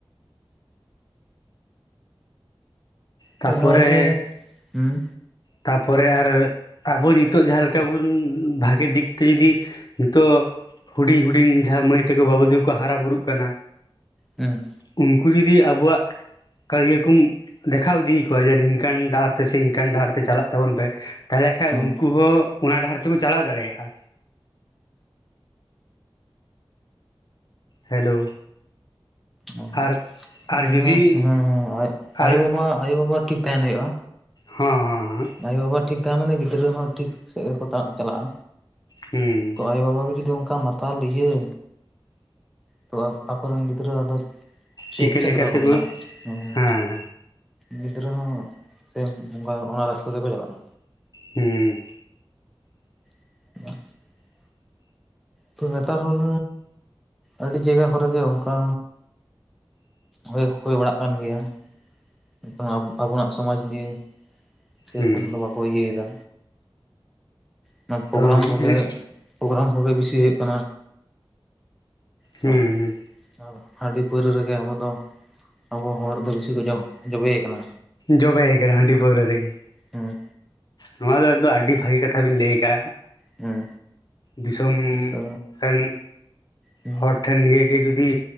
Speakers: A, on the left; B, in the centre.
A: ᱛᱟᱯᱚᱨᱮ
B: ᱛᱚ ᱚᱱᱟᱜᱮ ᱦᱩᱸ᱾
A: ᱛᱟᱯᱚᱨᱮ ᱟᱨ ᱟᱵᱚ ᱱᱤᱛᱚᱜ ᱡᱟᱦᱟᱸ ᱞᱮᱠᱟ ᱵᱩᱱ ᱵᱷᱟᱜᱮ ᱫᱤᱠ ᱛᱮ ᱡᱩᱫᱤ ᱦᱤᱛᱳᱜ ᱦᱩᱰᱤᱧ ᱦᱩᱰᱤᱧ ᱡᱟᱦᱟᱸ ᱢᱟᱹᱭ ᱛᱟᱠᱚ ᱵᱟᱹᱵᱩ ᱛᱟᱠᱚ ᱠᱚ ᱦᱟᱨᱟ ᱵᱩᱨᱩᱜ ᱠᱟᱱᱟ᱾
B: ᱦᱩᱸ᱾
A: ᱩᱝᱠᱩ ᱡᱩᱫᱤ ᱟᱵᱚᱣᱟᱜ ᱠᱟᱨᱤᱭᱟᱹᱨ ᱠᱚᱢ ᱫᱮᱠᱷᱟᱣ ᱤᱫᱤ ᱟᱠᱚᱣᱟ ᱡᱮ ᱱᱤᱝᱠᱟᱹᱱ ᱰᱟᱦᱟᱨ ᱛᱮ ᱥᱮ ᱤᱝᱠᱟᱹᱱ ᱰᱟᱦᱟᱨ ᱛᱮ ᱪᱟᱞᱟᱜ ᱛᱟᱵᱚᱱ ᱯᱮ, ᱛᱟᱦᱞᱮ ᱠᱷᱟᱡ
B: ᱦᱩᱸ
A: ᱩᱱᱠᱩ ᱦᱚᱸ ᱚᱱᱟ ᱰᱟᱦᱟᱨ ᱛᱮᱠᱚ ᱪᱟᱞᱟᱣ ᱫᱟᱲᱮᱭᱟᱜ-ᱟ᱾ ᱦᱮᱞᱳ᱾
B: ᱚ,
A: ᱟᱨ ᱟᱨ
B: ᱦᱮᱸ
A: ᱡᱩᱫᱤ
B: ᱦᱮᱸ
A: ᱟᱨ
B: ᱟᱭᱳ ᱵᱟᱵᱟ, ᱟᱭᱳ ᱵᱟᱵᱟ ᱴᱷᱤᱠ ᱛᱟᱸᱦᱮᱱ ᱦᱩᱭᱩᱜ-ᱟ᱾
A: ᱦᱟᱸ ᱦᱟᱸ ᱦᱟᱸ᱾
B: ᱟᱭᱳ ᱵᱟᱵᱟ ᱴᱷᱤᱠ ᱛᱟᱦᱮᱸ ᱢᱟᱱᱮ ᱜᱤᱫᱽᱨᱟᱹ ᱦᱚᱸ ᱴᱷᱤᱠ ᱥᱮᱫ ᱜᱮᱠᱚ ᱪᱟᱞᱟᱜ-ᱟ᱾
A: ᱦᱩᱸ᱾
B: ᱛᱚ ᱟᱭᱳ ᱵᱟᱵᱟᱜᱮ ᱡᱩᱫᱤ ᱚᱱᱠᱟ ᱢᱟᱛᱟᱞ ᱤᱭᱟᱹ ᱛᱚ ᱟᱠᱚᱨᱮᱱ ᱜᱤᱫᱽᱨᱟᱹ ᱟᱫᱚ ᱪᱮ-ᱪᱮᱫ
A: ᱪᱤᱠᱟᱹ
B: ᱞᱮᱠᱟ
A: ᱛᱮᱠᱚ
B: ᱠᱚ ᱵᱮᱱᱟᱜ-ᱟ ᱦᱩᱸ?
A: ᱦᱮᱸ
B: ᱜᱤᱫᱽᱨᱟᱹ ᱦᱚᱸ ᱥᱮᱹᱭ ᱵᱚᱸᱜᱟ ᱚᱱᱟ ᱨᱟᱥᱛᱟ ᱛᱮᱠᱚ ᱪᱟᱞᱟᱜ-ᱟ᱾
A: ᱦᱩᱸ᱾
B: <unintelligible> ᱛᱚ ᱱᱮᱛᱟᱨ ᱦᱚᱨ ᱟᱹᱰᱤ ᱡᱟᱭᱜᱟ ᱠᱚᱨᱮ ᱜᱮ ᱚᱝᱠᱟ᱾ ᱦᱳᱭ, ᱦᱩᱭ ᱵᱟᱲᱟᱜ ᱠᱟᱱ ᱜᱮᱭᱟ᱾ ᱱᱤᱛᱳᱝᱟᱜ ᱟᱵᱚᱱᱟᱜ ᱥᱚᱢᱟᱡᱽ ᱱᱤᱭᱮ᱾ ᱥᱮᱨᱚᱠᱚᱢ
A: ᱦᱩᱸ
B: ᱫᱚ ᱵᱟᱠᱚ ᱤᱭᱟᱹᱭᱫᱟ ᱚᱱᱟ ᱯᱳᱜᱨᱟᱢ
A: ᱛᱚ ᱚᱱᱮ
B: ᱠᱚᱜᱮ᱾
A: ᱦᱩᱸ
B: ᱯᱳᱜᱨᱟᱢ ᱠᱚᱜᱮ ᱵᱤᱥᱤ ᱦᱩᱭᱩᱜ ᱠᱟᱱᱟ ᱛᱚ᱾
A: ᱦᱩᱸ
B: ᱟᱨ ᱦᱟᱺᱰᱤ ᱯᱟᱹᱣᱨᱟᱹ ᱨᱮᱜᱮ ᱟᱵᱚ ᱫᱚ ᱟᱵᱚ ᱦᱚᱲ ᱫᱚ ᱵᱤᱥᱤ ᱠᱚ ᱡᱚ ᱡᱚᱵᱮᱭᱟᱠᱟᱱᱟ᱾
A: ᱡᱚᱵᱮᱭ ᱠᱟᱱᱟ ᱦᱟᱺᱰᱤ ᱯᱟᱹᱨᱣᱟᱹ ᱨᱮᱜᱮ᱾
B: ᱦᱩᱸ᱾
A: ᱱᱚᱣᱟ ᱫᱚ ᱟᱫᱚ ᱟᱹᱰᱤ ᱵᱷᱟᱹᱜᱤ ᱠᱟᱛᱷᱟ ᱵᱤᱱ ᱞᱟᱹᱭ ᱠᱟᱜ-ᱟ᱾
B: ᱦᱮᱸ
A: ᱫᱤᱥᱚᱢ
B: ᱛᱚ
A: ᱨᱮᱱ
B: ᱦᱮᱸ
A: ᱦᱚᱲ ᱴᱷᱮᱱ ᱱᱤᱭᱟᱹᱜᱮ ᱡᱩᱫᱤ